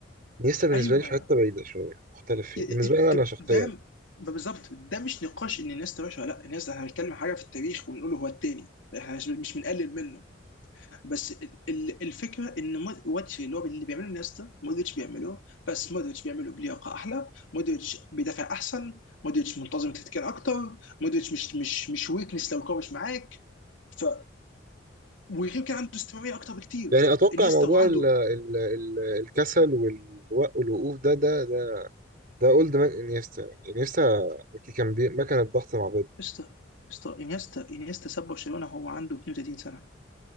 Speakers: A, on the right; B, on the left.
A: انيستا بالنسبه
B: ايوه
A: لي في حته بعيده شويه مختلف فيه.
B: ي-
A: بالنسبه
B: ي- ده
A: لي انا شخصيا
B: ده- بالظبط ده مش نقاش ان انيستا وحش ولا لا انيستا احنا هنتكلم عن حاجه في التاريخ وبنقول هو التاني احنا مش مش بنقلل منه بس ال- ال- الفكره ان مود- واتش اللي هو اللي بيعمله نيستا مودريتش بيعمله بس مودريتش بيعمله بلياقه احلى مودريتش بيدافع احسن مودريتش منتظم تكتيكيا اكتر مودريتش مش مش مش ويكنس لو الكوره مش معاك ف وغير كده عنده استمراريه اكتر بكتير
A: يعني اتوقع
B: انيستا
A: موضوع
B: وعنده
A: ال ال ال الكسل والو- والوقوف ده ده ده ده اولد مان انيستا يعني انيستا كان بي- مكنه ضغط مع بيب
B: استا استا انيستا انيستا ساب برشلونه هو عنده 32 سنه